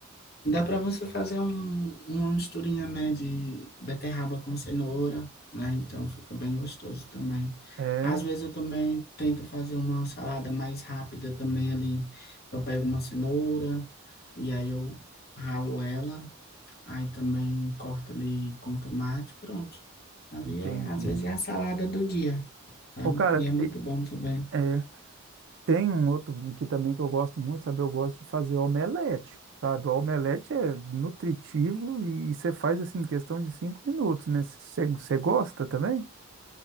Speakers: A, on the left; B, on the right.
A: Dá para você fazer um, uma misturinha, né, de beterraba com cenoura, né? Então fica bem gostoso também.
B: É,
A: Às vezes eu também tento fazer uma salada mais rápida também ali. Eu pego uma cenoura e aí eu ralo ela, aí também corto ali com tomate, pronto. Ali
B: entendi.
A: é, às vezes é a salada do dia, sabe?
B: Ô, cara,
A: E é muito
B: e-
A: bom também.
B: é, tem um outro que também que eu gosto muito, sabe? Eu gosto de fazer omelete, sabe? O omelete é nutritivo e você faz assim em questão de cinco minutos, né? Você você gosta também?